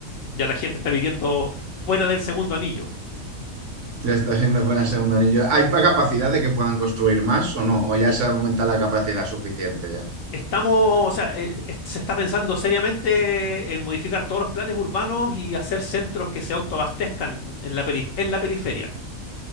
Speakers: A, on the left; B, on the right.
A: ya la gente está viviendo fuera del segundo anillo.
B: Ya está siendo fuera el segundo anillo. ¿Hay pa- capacidad de que puedan construir más o no? ¿O ya se aumenta la capacidad suficiente ya?
A: Estamos, o sea, eh, eh, se está pensando seriamente en modificar todos los planes urbanos y hacer centros que se autoabastezcan en la perif- en la periferia.